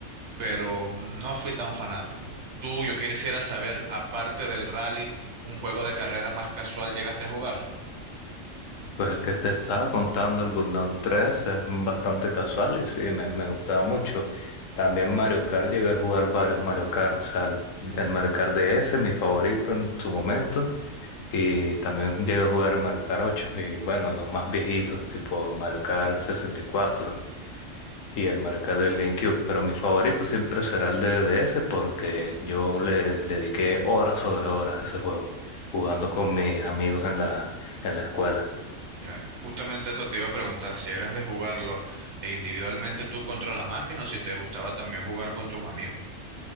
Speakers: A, on the right (about 65°); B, on the left (about 85°).
A: pero no fui tan fanático. Tú, yo quisiera saber, aparte del rally, un juego de carrera más casual llegaste a jugar.
B: Pues el que te estaba contando, el Burnout tres es bastante casual y sí, me, me gustaba mucho. También Mario Kart, llegué a jugar varios Mario Kart, o sea, el, el Mario Kart DS, mi favorito en su momento. Y también llegué a jugar Mario Kart 8. Y bueno, los más viejitos, tipo Mario Kart 64 y cuatro y el Mario Kart del GameCube. Pero mi favorito siempre será el de DS porque yo le dediqué horas sobre horas a ese juego, jugando con mis amigos en la, en la escuela.
A: Ya, justamente eso te iba a preguntar, si eras de jugarlo e individualmente tú contra la máquina o si te gustaba también jugar con tus amigos.